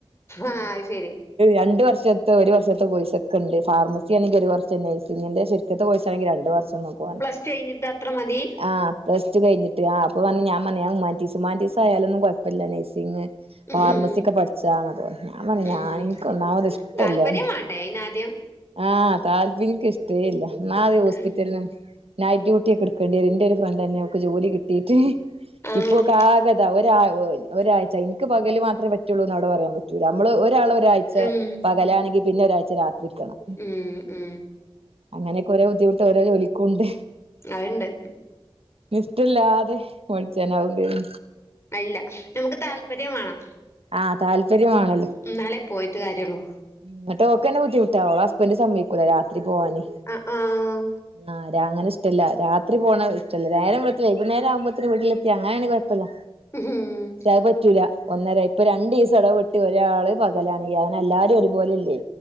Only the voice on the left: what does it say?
ആഹ് അത് ശരി
പ്ലസ് ടു കഴിഞ്ഞിട്ട് അത്ര മതി
ഉം
ഉം
താല്പര്യം വാണ്ടേ അയിനാദ്യം
ഉം
ആഹ്
ഉം
ഉം ഉം
അത്ണ്ട്
ഇല്ല നമുക്ക് താല്പര്യം വേണം
എന്നാലേ പോയിട്ട് കാര്യള്ളൂ
ആഹ് ആഹ്
ഹം